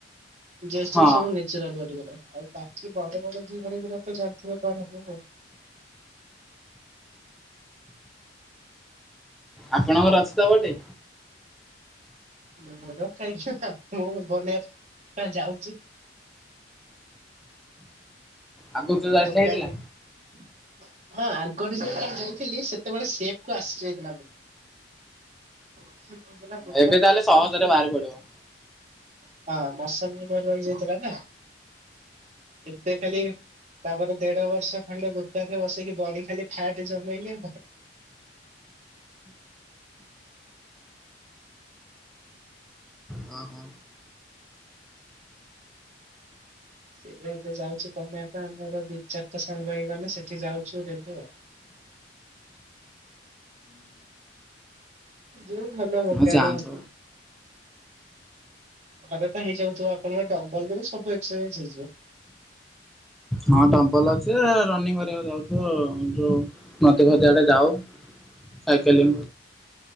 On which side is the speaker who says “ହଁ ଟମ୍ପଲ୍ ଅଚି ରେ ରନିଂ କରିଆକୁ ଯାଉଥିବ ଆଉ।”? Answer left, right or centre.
Centre